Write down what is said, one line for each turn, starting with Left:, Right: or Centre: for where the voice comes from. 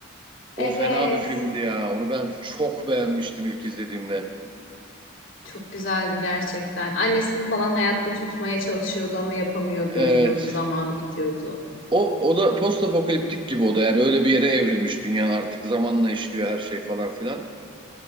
Left: Evet.
Right: O fena bir filmdi ya. Onu ben çok beğenmiştim ilk izlediğimde.
Left: Çok güzeldi gerçekten. Annesini falan hayatta tutmaya çalışıyordu ama yapamıyordu,
Right: Evet.
Left: ölüyordu, zamanı bitiyordu.
Right: O, o da postapokaliptik gibi o da. Yani öyle bir yere evrilmiş dünya artık. Zamanla işliyor her şey falan filan.